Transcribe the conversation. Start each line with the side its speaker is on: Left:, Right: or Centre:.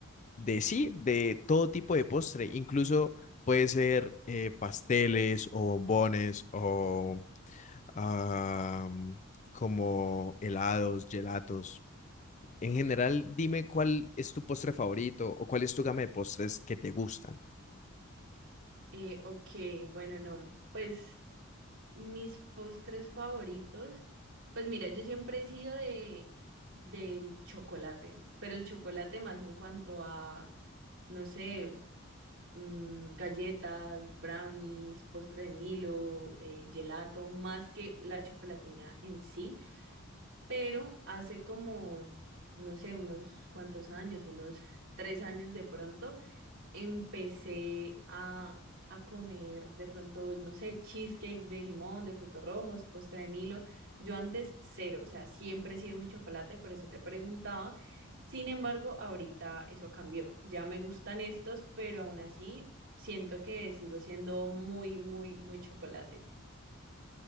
Left: de sí, de todo tipo de postre. Incluso puede ser eh, pasteles o bombones o ah, como helados, gelatos. En general, dime cuál es tu postre favorito o cuál es tu gama de postres que te gustan.
Right: Eh, ok, bueno, no, pues. Mis postres favoritos, pues mira, yo siempre he sido de del chocolate, pero el chocolate más en cuanto a, no sé, mm, galletas, brownies, postre de Milo, eh, gelato, más que la chocolatina en sí, pero hace como, no sé, unos cuantos años, unos tres años de pronto empecé a, a comer de pronto, no sé, cheesecake de limón, de frutos rojos, postre de Milo. Yo antes cero, o sea, siempre he sido muy chocolate, por eso te preguntaba. Sin embargo, ahorita eso cambió. Ya me gustan estos, pero aún así siento que sigo siendo muy, muy, muy chocolate.